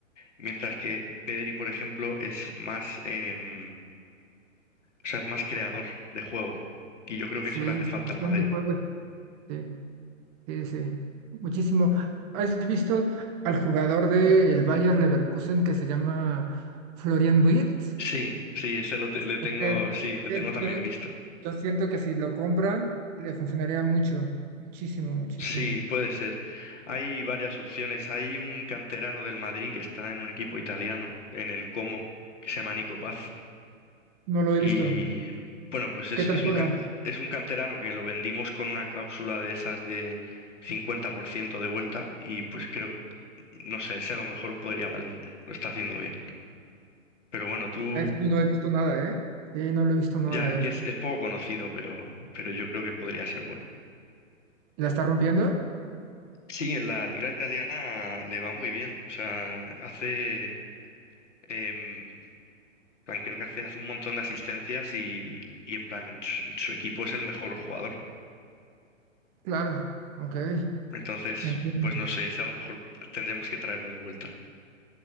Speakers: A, on the left; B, on the right.
A: mientras que Pedri, por ejemplo, es más, em, o sea, es más creador de juego. Y yo creo que
B: Sí,
A: eso le hace falta
B: su gestión
A: al Madrid.
B: de juego, sí, sí, sí, muchísimo. ¿Has visto al jugador del Bayer Leverkusen que se llama Florian Wirtz?
A: Sí, sí, ese lo te- le tengo,
B: Es que-
A: sí,
B: es
A: le
B: que
A: tengo también
B: yo,
A: visto.
B: yo siento que si lo compran, le funcionaría mucho, muchísimo, muchísimo.
A: Sí, puede ser. Hay varias opciones. Hay un canterano del Madrid que está en un equipo italiano, en el Como, que se llama Nico Paz.
B: No lo he
A: Y
B: visto.
A: bueno, pues es,
B: ¿Qué tal
A: es un
B: juega?
A: can- es un canterano que lo vendimos con una cláusula de esas de 50% de vuelta y pues creo, no sé, ese a lo mejor podría valer, lo está haciendo bien. Pero bueno, tú
B: A este no he visto nada, ¿eh? Sí, no lo he visto nada
A: ya
B: a
A: es
B: él.
A: que es, es poco conocido, pero, pero yo creo que podría ser bueno.
B: ¿La está rompiendo?
A: Sí, en la liga italiana le va muy bien. O sea, hace, em, en plan, creo que hace, hace un montón de asistencias y, y en plan, en su en su equipo es el mejor jugador.
B: Claro, ok.
A: Entonces,
B: entiendo.
A: pues no sé, ese a lo mejor tendríamos que traerlo de vuelta.